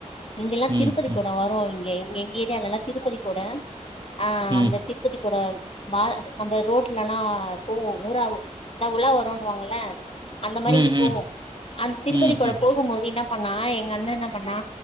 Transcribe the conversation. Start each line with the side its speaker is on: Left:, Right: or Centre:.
Left: இங்கெல்லா
Right: ம்,
Left: திருப்பதிக்கொட
Right: ம்,
Left: வரு இங்கே இங்கே எங்க ஏரியாலலா திருப்பதிக்கொட ஆ
Right: ம்,
Left: அந்த திருப்பதிக்கொட மா அந்த ரோட்லல்லா போவு ஊறாவு த உலா வருன்னுவாங்கள அந்த மாரி
Right: ம்ஹ்ம்.
Left: இங்க போ அந்த திருப்பதிக்குள்ள
Right: ம்ஹ்ம்.
Left: போய் போம்போது இன்னா பண்ணா எங்க அண்ண என்ன பண்ணா